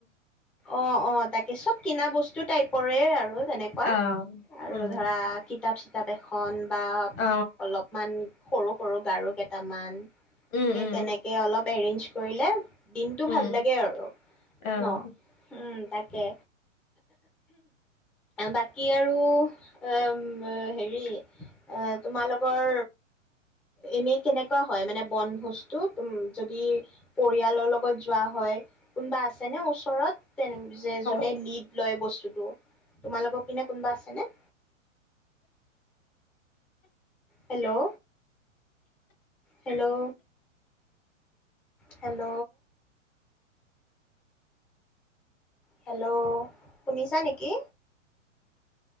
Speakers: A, in the centre; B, on the left.
A: অ', অ, তাকে চব কিনা বস্তু টাইপৰে আৰু তেনেকুৱা,
B: অ
A: আৰু
B: উম
A: ধৰা কিতাপ-চিত কিতাপ এখন। বা
B: অ
A: অলপমান। সৰু সৰু গাৰু কেইটামান।
B: উম
A: সেই
B: উম
A: তেনেকে অলপ এৰেঞজ। কৰিলে। দিনটো
B: উম
A: ভাল লাগে আৰু
B: অ
A: ন উম তাকে। বাকী আৰু এ হেৰি এ তোমালোকৰ এনেই কেনেকুৱা হয়, মানে বন বস্তু টোম যদি পৰিয়ালৰ লগত যোৱা হয় কোনোবা আছেনে ওচৰত? যে যোনে
B: অ
A: লিড লয় বস্তু <unintelligible> তোমালোকৰ পনে কোনোবা আছেনে হেল্ল' হেল্ল' হেল্ল। হেল্ল, শুনিছা নেকি?